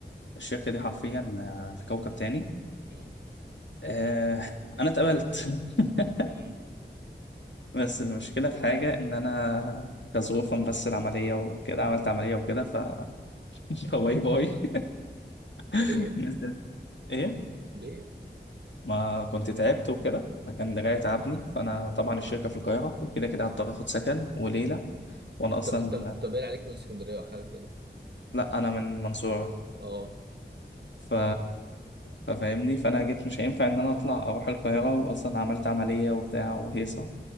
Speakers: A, on the left (about 80°); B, on the right (about 60°).
A: الشركه دي حرفيا آه، في كوكب تاني
B: مم،
A: آه، انا اتقبلت <laughs>
B: مم.
A: بس المشكله في حاجه ان انا كظروفا بس العمليه وكده عملت عمليه وكده ف <laughs> باي باي <laughs>
B: ده ليه؟
A: الناس ده ايه
B: ليه؟
A: ما كنت تعبت وكده فكان دراعي تعبني فانا طبعا الشركه في القاهره وكده كده هضطر اخد سكن وليله وانا
B: أنت
A: اصلا
B: أنت أنت باين عليك من اسكندرية أو حاجة كده
A: لا انا من منصورة
B: أه
A: ف... ففاهمني فانا جيت مش هينفع ان انا اطلع اروح القاهرة واصلا عملت عملية وبتاع وهيصة